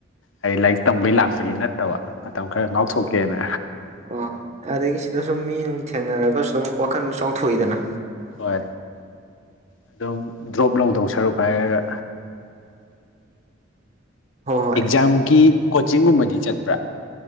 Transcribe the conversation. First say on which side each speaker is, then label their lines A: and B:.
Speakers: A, on the left; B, on the right.
A: ꯑꯩ ꯂꯥꯏꯔꯤꯛ ꯇꯝꯕꯩ ꯂꯥꯛꯄꯅꯤ ꯅꯠꯇꯕ ꯃꯇꯝ ꯈꯔ ꯉꯥꯎꯊꯣꯛꯀꯦꯅ
B: ꯍ‌ꯣꯏ ꯑꯗꯒꯤ ꯁꯤꯗ ꯁꯨꯝ ꯃꯤ ꯅꯨꯡ ꯊꯦꯡꯅꯔꯒꯁꯨ ꯑꯗꯨꯝ ꯋꯥꯈꯜ ꯆꯥꯎꯊꯣꯛꯏꯗꯅ
A: ꯍꯣꯏ ꯑꯗꯨꯝ ꯗ꯭ꯔꯣꯞ ꯂꯧꯗꯧ ꯁꯔꯨꯛ ꯍꯥꯏꯔꯒ
B: ꯍꯣꯏ ꯍꯣꯏ
A: ꯑꯦꯛꯖꯥꯝꯒꯤ ꯀꯣꯆꯤꯡꯒꯨꯝꯕꯗꯤ ꯆꯠꯄ꯭ꯔꯥ